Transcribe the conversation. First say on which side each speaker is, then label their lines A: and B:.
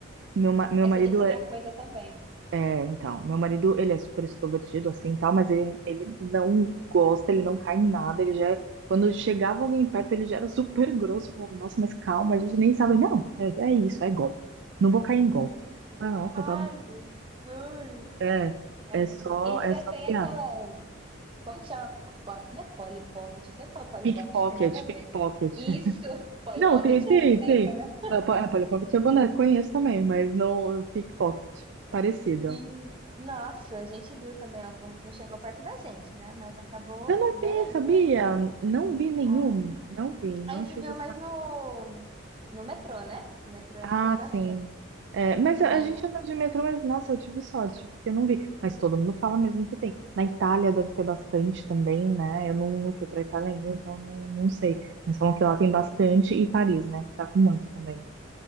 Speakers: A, on the right; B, on the right.
A: meu, ma- meu
B: essa
A: marido
B: de assinar
A: é,
B: coisa também.
A: é, então, meu marido, ele é super extrovertido, assim, tal, mas ele, ele não gosta, ele não cai em nada, ele já, é- quando chegava alguém perto, ele já era super grosso, eu falava, nossa, mas calma, a gente nem sabe, não, é, é isso, é golpe, não vou cair em golpe. Eu falei, Nossa,
B: Ai,
A: tá bom,
B: Jesus.
A: é,
B: É, realmente.
A: é só,
B: E
A: é
B: ainda
A: só
B: tem
A: piada.
B: aquelas Como que chama? Po- Não é Polly Pocket? Eu sempre falo Polly
A: Pickpocket,
B: Pocket, tem nada a
A: pickpocket.
B: ver. Isso! <laughs> Polly
A: Não,
B: Pocket
A: tem, tem,
B: é boneca,
A: tem.
B: né?
A: Ah, pa- é, Polly Pocket é boneco, conheço também, mas não pickpocket. Parecido.
B: E, nossa, a gente viu também alguns. Não chegou perto da gente, né? Mas acabou
A: Eu não
B: bem,
A: vi, sabia?
B: né?
A: Não vi nenhum.
B: Ah,
A: Não vi, não
B: a gente
A: tive
B: viu
A: sorte.
B: mais no, no metrô, né? No metrô
A: Ah,
B: tem bastante.
A: sim. É, mas
B: Mas
A: a a gente anda de metrô, mas nossa, eu tive sorte, porque eu não vi. Mas todo mundo fala mesmo que tem. Na Itália deve ter bastante também, né? Eu não, não fui pra Itália ainda, então não, não sei. Mas falam que lá tem bastante, e Paris, né? Que tá com muito também.